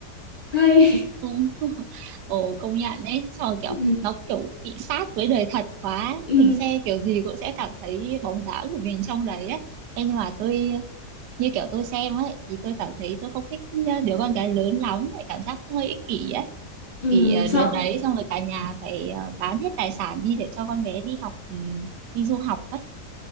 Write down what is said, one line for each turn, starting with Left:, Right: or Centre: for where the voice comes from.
Left: hay
Right: ồ <laughs> ồ công nhận đấy xong rồi kiểu
Left: <laughs> ừ,
Right: nó kiểu bị sát với đời thật quá
Left: ừ,
Right: mình xem kiểu gì cũng sẽ cảm thấy bóng dáng của mình trong đấy ấy Ê, nhưng mà tôi như kiểu tôi xem ấy thì tôi cảm thấy tôi không thích đứa con gái lớn lắm lại cảm giác hơi ích kỷ ấy
Left: ừ,
Right: thì ờ,
Left: sợ
Right: đứa đấy xong rồi cả nhà phải ờ, bán hết tài sản đi để cho con bé đi học ừ, đi du học ấy